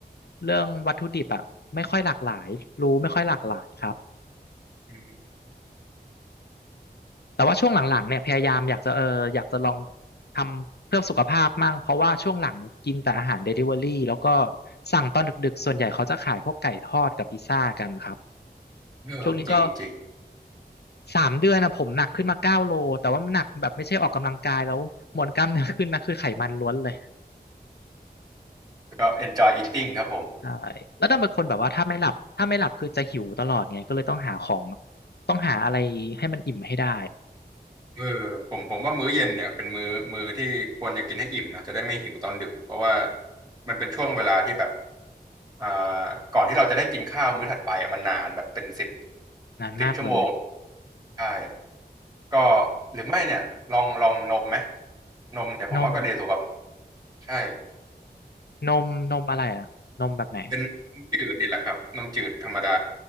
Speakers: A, on the left (about 70°); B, on the right (about 25°).
A: เรื่องวัตถุดิบอ่ะไม่ค่อยหลากหลายรู้ไม่ค่อยหลากหลายครับ
B: อืม
A: แต่ว่าช่วงหลังๆเนี่ยพยายามอยากจะเอออยากจะลองทำเพื่อสุขภาพมั่งเพราะว่าช่วงหลังกินแต่อาหารเดลิเวอรี่แล้วก็สั่งตอนดึกๆส่วนใหญ่เขาจะขายพวกไก่ทอดกับพิซซ่ากันครับ
B: เออจริงจริง
A: ช่วงนี้ก็สามเดือนนะผมหนักขึ้นมาเก้าโลแต่ว่ามันหนักแบบไม่ใช่ออกกำลังกายแล้วมวลกล้ามเนื้อขึ้นนะคือไขมันล้วนเลย
B: ก็ enjoy eating ครับผม
A: ใช่แล้วดันเป็นคนแบบว่าถ้าไม่หลับถ้าไม่หลับคือจะหิวตลอดไงก็เลยต้องหาของต้องหาอะไรให้มันอิ่มให้ได้
B: เออผมผมว่ามื้อเย็นเนี่ยเป็นมื้อมื้อที่ควรจะกินให้อิ่มนะจะได้ไม่หิวตอนดึกเพราะว่ามันเป็นช่วงเวลาที่แบบอ่าก่อนที่เราจะได้กินข้าวมื้อถัดไปอ่ะมันนานแบบเป็นสิบ
A: นานมากเลย
B: สิบชั่วโมงใช่ก็หรือไม่เนี่ยลองลองนมไหมนมเนี่ยผมว่าก็ดีสุขภาพ
A: นม
B: ใช่
A: นมนมอะไรอ่ะนมแบบไหน
B: เป็นน้ำจืดนี่แหละครับนมจืดธรรมดา